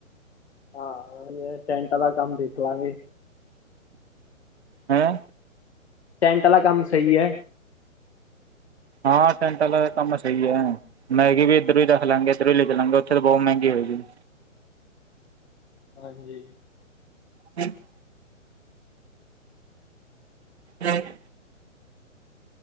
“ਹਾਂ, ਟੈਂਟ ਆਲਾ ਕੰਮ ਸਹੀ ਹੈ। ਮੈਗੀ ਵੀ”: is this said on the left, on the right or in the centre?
Right